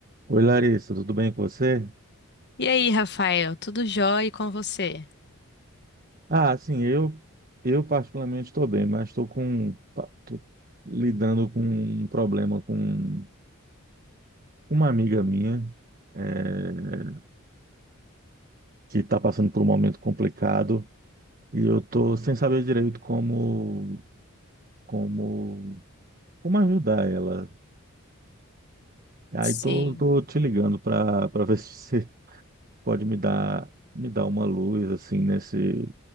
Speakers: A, on the right; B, on the left.
A: Oi, Larissa, tudo bem com você?
B: E aí, Rafael, tudo jóia e com você?
A: Ah, sim, eu eu particularmente estou bem, mas estou com pa- tô lidando com um problema com uma amiga minha eh, que está passando por um momento complicado e eu estou sem saber direito como como como ajudar ela. Aí
B: Sim.
A: tô, tô te ligando para para ver <laughs> se você pode me dar me dar uma luz assim nesse